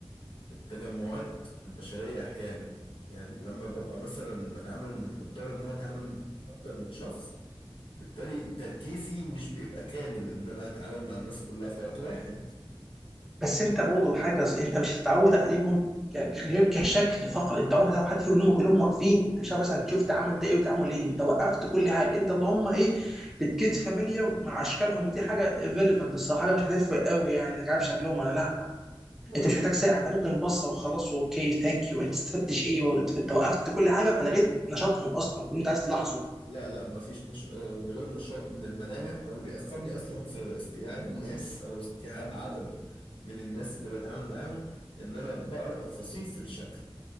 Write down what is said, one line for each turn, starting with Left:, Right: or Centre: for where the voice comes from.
Left: التجمعات البشرية أحيانا يعني لما ببقى مثلا بتعامل مضطر إن أنا أتعامل مع أكتر من شخص بالتالي تركيزي مش بيبقى كامل ان انا اتعامل مع الناس كلها في وقت واحد
Centre: بس انت برضه حاجه ص- انت مش هتتعود عليهم ك- غير كشكل فقط انت عمرك هتعرف حد فيهم ان هم كلهم واقفين انت مش عارف مثلا تشوف تعامل ده ايه وتعامل ايه انت وقفت كل حاجه انت اللهم ايه بتجيت فاميليا مع اشكالهم ودي حاجه ريليفنت الصراحه حاجه مش هتفرق قوي يعني انك عارف شكلهم ولا لا
Left: ما
Centre: انت مش
Left: هو
Centre: محتاج ساعه انت ممكن بصه وخلاص اوكي ثانك يو انت استفدتش ايه برضه انت انت وقفت كل حاجه فلغيت نشاطهم اصلا اللي انت عايز تلاحظه
Left: لا لا ما فيش نش... آه، من غير النشاط من الملامح ما هو اللي بيأخرني اصلا في استيعاب الناس او استيعاب عدد من الناس اللي بتعامل معاهم ان انا بقرا تفاصيل في الشكل